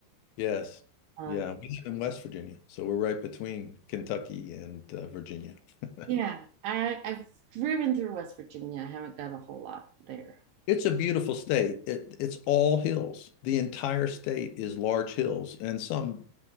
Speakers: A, on the left (about 85°); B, on the right (about 75°).
A: Yes.
B: Um,
A: Yeah, we live in West Virginia, so we're right between Kentucky and uh, Virginia. <laughs>
B: yeah, I, I've driven through West Virginia. I haven't done a whole lot there.
A: It's a beautiful state. It, it's all hills. The entire state is large hills and some